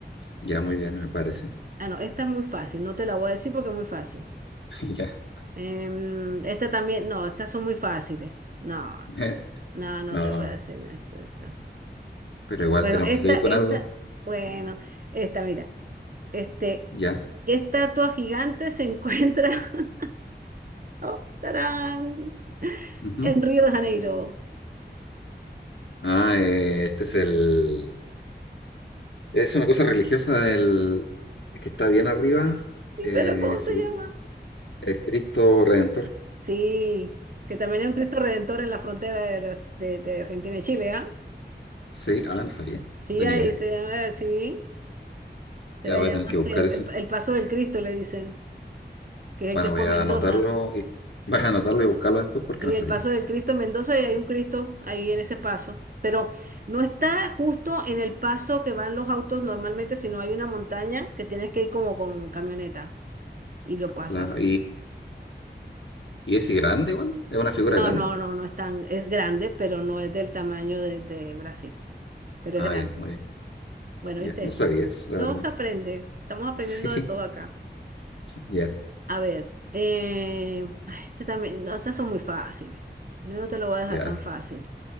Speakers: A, on the left; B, on the right.
A: Ya, muy bien, me parece.
B: Ah, no, esta es muy fácil, no te la voy a decir porque es muy fácil.
A: <laughs> Ya.
B: Em, esta también, no, estas son muy fáciles. No, no,
A: Eh,
B: no no
A: no,
B: te voy a decir esto, esto.
A: pero igual
B: Bueno,
A: tenemos
B: esta,
A: que seguir
B: esta,
A: con algo.
B: bueno, esta, mira. Este,
A: Ya.
B: ¿qué estatua gigante se encuentra? <laughs> Oh, tarán,
A: Ujú.
B: en Río de Janeiro.
A: Ah, eh, este es el... Es una cosa religiosa el... que está bien arriba.
B: Sí,
A: Eh,
B: pero ¿cómo se
A: se
B: llama?
A: llama el Cristo Redentor.
B: Sí, que también hay un Cristo Redentor en la frontera de, Bras- de- de Argentina y Chile, ¿ah?
A: Sí. Ah, no sabía.
B: Sí,
A: No tenía
B: ahí
A: idea.
B: se llama así, se
A: Ya
B: le
A: voy
B: llama
A: a tener que
B: así,
A: buscar
B: el,
A: eso.
B: el- el Paso del Cristo le dicen, que es
A: Bueno,
B: el que es
A: voy
B: por
A: a
B: Mendoza.
A: anotarlo y... <laughs> Voy a anotarlo y buscarlo después porque
B: Sí,
A: no sabía.
B: el Paso del Cristo en Mendoza y hay un Cristo ahí en ese paso, pero no está justo en el paso que van los autos normalmente, sino hay una montaña que tienes que ir como con camioneta y lo pasas.
A: Claro. ¿Y es grande igual? ¿Es una figura
B: No,
A: grande?
B: no, no, no es tan, es grande, pero no es del tamaño de de Brasil, pero
A: Ah,
B: es grande.
A: ya, muy bien.
B: Bueno,
A: Ya,
B: ¿viste?
A: no sabía eso, la
B: Todo
A: verdad.
B: se aprende. Estamos aprendiendo
A: <laughs> Sí,
B: de todo acá.
A: ya,
B: A ver, eh, ay, este también, no, estas son muy fáciles. Yo no te lo voy a dejar
A: ya.
B: tan fácil.